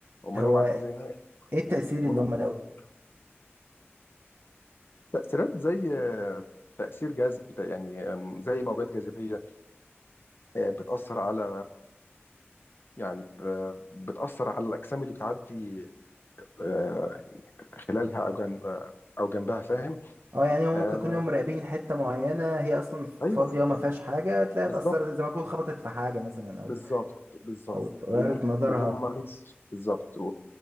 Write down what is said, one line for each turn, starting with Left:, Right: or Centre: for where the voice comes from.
Left: امال
Right: هو
Left: هم عارفوا ازاي
Right: ايه التاثير
Left: م-
Right: اللي هم لقوه
Left: م- تأثيرات زي آه، تأثير جذب يعني آم، زي موجات جاذبية آه، بتأثر على يعني ب- بتأثر على الأجسام اللي بتعدي آه، خلالها أو جن- آه، أو جنبها فاهم
Right: اه يعني هم
Left: آه،
Right: ممكن يكونوا مراقبين حته معينه هي اصلا ف-
Left: أيوه
Right: فاضيه ما فيهاش حاجه تلاقيها
Left: بالظبط
Right: اتاثرت زي ما تكون خبطت في حاجه مثلا او
Left: بالظبط بالظبط
Right: او اتغيرت
Left: و-
Right: مدارها
Left: وهم مش بالظبط و-